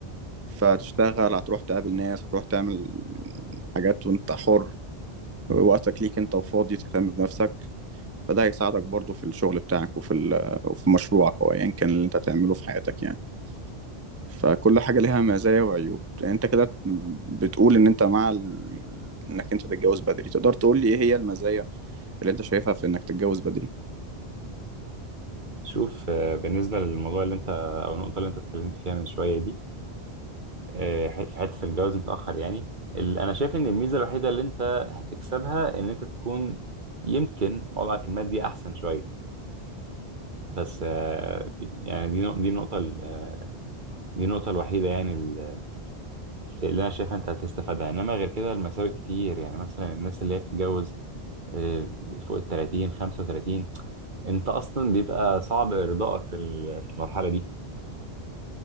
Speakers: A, on the right; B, on the right.
A: فتشتغل هتروح تقابل ناس هتروح تعمل حاجات وانت حر
B: مم.
A: وقتك ليك انت وفاضي تهتم بنفسك فده هيساعدك برضو في الشغل بتاعك وفي ال- وفي مشروعك او ايا كان اللي انت هتعمله في حياتك يعني فكل حاجة ليها مزايا وعيوب انت كده بتقول ان انت مع ال... انك انت تتجوز بدري تقدر تقول لي ايه هي المزايا اللي انت شايفها في انك تتجوز بدري
B: شوف آه، بالنسبه للموضوع اللي انت او النقطه اللي انت اتكلمت فيها من شويه دي آه، ح- في حته الجواز متاخر يعني ال- انا شايف ان الميزه الوحيده اللي انت هتكسبها ان انت تكون يمكن وضعك المادي احسن شويه بس آه، دي- يعني دي نق- دي النقطة ال- دي النقطة الوحيدة يعني ال- اللي أنا شايفها أنت هتستفادها إنما غير كده المساوئ كتير يعني مثلا الناس اللي هي بتتجوز آه، فوق ال 30 35 أنت أصلا بيبقى صعب إرضائك في ال- في المرحلة دي